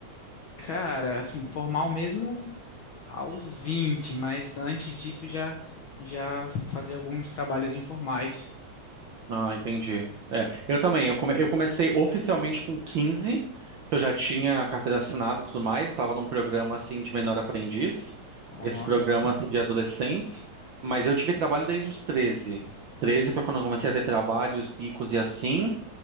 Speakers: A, on the left (about 70°); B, on the right (about 65°).
A: Cara, assim, formal mesmo aos vinte mas antes disso já já fazia alguns trabalhos informais.
B: Ah, entendi. É, eu também. Eu, come- eu comecei oficialmente com 15. eu já tinha a carteira assinada e tudo mais. Eu estava num programa assim de menor aprendiz,
A: Ó,
B: esse programa
A: aí sim,
B: assim, de adolescentes. Mas eu tive trabalho desde os 13. 13 foi quando eu comecei a ter trabalhos, bicos e assim